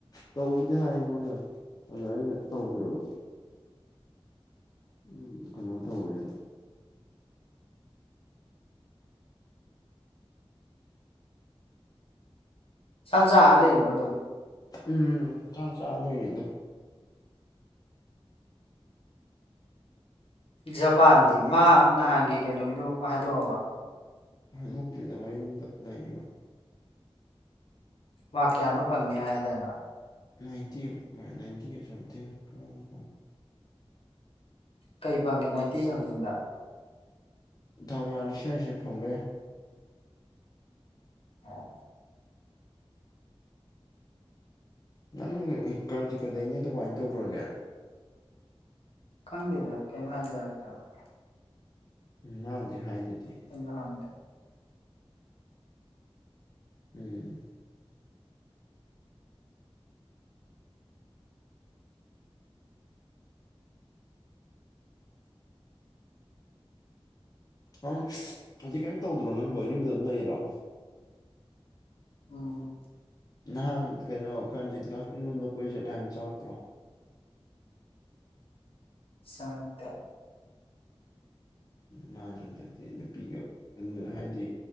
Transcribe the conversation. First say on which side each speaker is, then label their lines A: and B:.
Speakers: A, on the left (about 40°); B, on the left (about 65°).
A: ꯇꯧꯕꯨꯗꯤ ꯍꯥꯏ ꯃꯣꯏꯅ ꯑꯗ ꯑꯩꯅ ꯇꯧꯗ꯭ꯔꯕ ꯎꯝ ꯀꯩꯅꯣ ꯇꯧꯋꯦꯅ
B: ꯁꯥꯝꯆꯥ ꯑꯥ ꯂꯩꯔꯤꯕꯗꯨꯨ
A: ꯎꯝ ꯁꯥꯝꯆ ꯑꯥ ꯂꯩꯔꯤ ꯑꯗꯨꯝ
B: ꯖꯄꯥꯟꯗꯤ ꯃꯥ ꯅꯍꯥꯟꯒꯤ ꯀꯩꯅꯣꯒꯤꯗꯣ ꯍꯥꯏꯗꯣꯛꯑꯕ
A: ꯍꯩꯗꯣꯛꯇ꯭ꯔꯤꯗ ꯃꯌꯨꯝꯗ ꯂꯩꯔꯤꯕ
B: ꯃꯥ꯭ꯔꯛ ꯀꯌꯥꯅꯣ ꯐꯪꯅꯤ ꯍꯥꯏꯗꯔꯦ
A: ꯅꯥꯏꯟꯇꯤꯃꯨꯛ ꯅꯥꯏꯟꯇꯤꯒ ꯁꯝꯊꯤꯡ ꯄꯨꯔ ꯑꯃ ꯐꯪꯉꯦ
B: ꯀꯩ ꯐꯪꯒꯦ ꯅꯥꯏꯟꯇꯤ ꯁꯝꯊꯤꯡꯗ
A: ꯗꯥꯎ ꯌꯥꯔꯗꯤ ꯁꯤ ꯋꯥꯏ ꯁꯦꯞ ꯐꯪꯕ ꯌꯥꯏ
B: ꯑꯣ
A: ꯅꯪ ꯀꯟꯖꯤꯠꯀ ꯂꯩꯅꯤ ꯑꯗꯣ ꯀꯃꯥꯏꯅ ꯇꯧꯈ꯭ꯔꯒꯦ
B: ꯈꯪꯗꯦꯗ ꯀꯩꯝ ꯍꯥꯏꯖꯧ ꯍꯥꯢꯔꯛꯇꯕ
A: ꯎꯝ ꯃꯥꯗꯤ ꯍꯥꯏꯗꯨꯗꯤ
B: <unintelligible>
A: ꯎꯝ
B: <inaudible>
A: ꯅꯪ ꯍꯧꯖꯤꯛ ꯀꯩꯝ ꯇꯧꯗ꯭ꯔꯣ ꯅꯪꯕꯨ ꯌꯨꯝꯗ ꯑꯗꯨꯝ ꯂꯩꯔꯣ
B: ꯎꯝ
A: ꯅꯍꯥꯟ ꯀꯩꯅꯣ ꯀꯔꯅꯖꯤꯠ ꯀꯥꯛꯆꯤꯡꯂꯣꯝꯗ ꯀꯣꯏ ꯁꯠꯂꯦ ꯍꯥꯏ ꯆꯪꯉꯛꯇ꯭ꯔꯣ
B: ꯆꯉꯛꯇꯦ
A: ꯃꯥꯁꯨ ꯍꯟꯗꯛꯇꯤ ꯅꯨꯄꯤꯒ <unintelligible> ꯍꯥꯏꯗꯤ